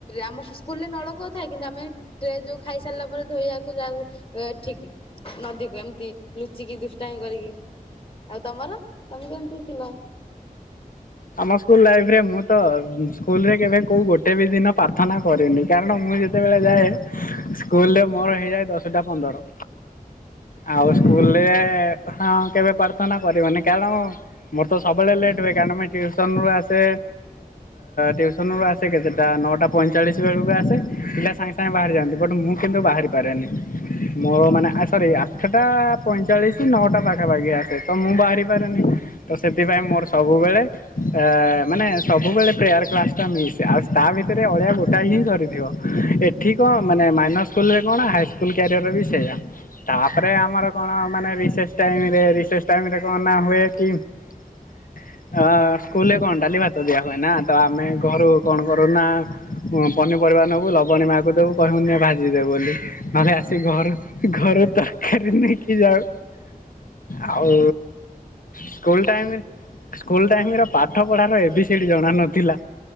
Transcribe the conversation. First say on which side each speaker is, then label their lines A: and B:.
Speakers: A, on the left; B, on the left.
A: ଆମ ସ୍କୁଲରେ ନଳକୂଅ ଥାଏ କିନ୍ତୁ ଆମେ ଟେ ଯୋଉ ଖାଇ ସାରିଲା ପରେ ଧୋଇବାକୁ ଯାଉ ଏଠିକି ନଦୀକୁ ଏମିତି ଲୁଚିକି ଦୁଷ୍ଟାମି କରିକି ଆଉ ତମର ତମେ କେମିତି ଥିଲ?
B: ଆମ ସ୍କୁଲ ଲାଇଫରେ ମୁଁ ତ ସ୍କୁଲରେ କେବେ କୋଉ ଗୋଟେ ବି ଦିନ ପା ପ୍ରାର୍ଥନା କରିନି କାରଣ ମୁଁ ଯେତେବେଳେ ଯାଏ ସ୍କୁଲରେ ମୋର ଏୟା ଦଶ ସାତଟା ପନ୍ଦର ଆଉ
A: ଓହୋ
B: ସ୍କୁଲରେ ହଁ କେବେ ପ୍ରାର୍ଥନା କରିବନି କାରଣ ମୋର ତ ସବୁବେଳେ ଲେଟ ହୁଏ କାରଣ ମୁଁଇ ଟିଉସନୁ ଆସେ ଟିଉସନୁ ଆସେ କେତେଟା ନଅଟା ପଇଁଚାଳିଶ ବେଳକୁ ଆସେ ପିଲା ସାଙ୍ଗେ ସାଙ୍ଗେ ବାହାରିଯାଆନ୍ତି। ବଟ୍ ମୁଁ କିନ୍ତୁ ବାହାରିପାରେନି ମୋର ମାନେ ସରି ଆଠଟା ପଇଁଚାଳିଶ ନଅଟା ପାଖାପାଖି ଆସେ ତ ମୁଁ ବାହାରିପାରେନି ତ ସେଥିପାଇଁ ମୋର ସବୁବେଳେ କି ୟେ ମାନେ ସବୁବେଳେ ପ୍ରେୟାର କ୍ଲାସ ଟା ମିସ୍ ଆଉ ତା ଭିତରେ ଅଳିଆ ଗୋଟାଏ ହିଁ ସରିଥିବ ଏଠି କଣ ମାନେ ମାଇନସ୍ ସ୍କୁଲରେ କଣ ହାଇସ୍କୁଲ କ୍ୟାରିଅର ବି ସେଇୟା ତାପରେ ଆମର କଣ ମାନେ ରିସେସ ଟାଇମରେ ରିସେସ ଟାଇମରେ କଣ ହୁଏ କି ଅ ସ୍କୁଲରେ କଣ ଡାଲି ଭାତ ଦିଆ ହୁଏ ନା ତ ଆମେ ଘରୁ କଣ କରୁନା ପନିପରିବା ନବୁ ଲବଣୀ ମାକୁ ଦେବୁ କହିବୁ ନେ ଭାଜିଦେବ ବୋଲି ନହେଲେ ଆସି ଘରୁ ହେ ଘରୁ ହେ ତରକାରୀ ନେଇକି ଯାଉ ଆଉ ସ୍କୁଲ ଟାଇମ ସ୍କୁଲ ଟାଇମ୍ ର ପାଠ ପଢାର ଏବି ସିଡି ଜଣା ନଥିଲା।